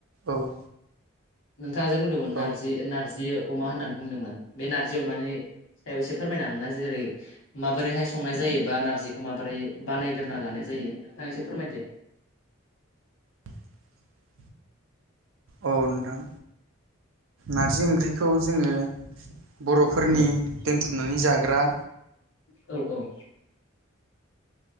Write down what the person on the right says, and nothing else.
औ।
औ
<inaudible> औ नोंथां नारजि ओंख्रिखौ जोङो बर'फोरनि
दोनथुमनानै जाग्रा